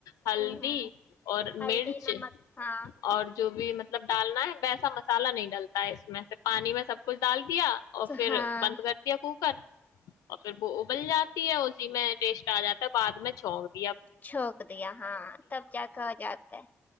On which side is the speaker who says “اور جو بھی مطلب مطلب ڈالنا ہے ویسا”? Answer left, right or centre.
Left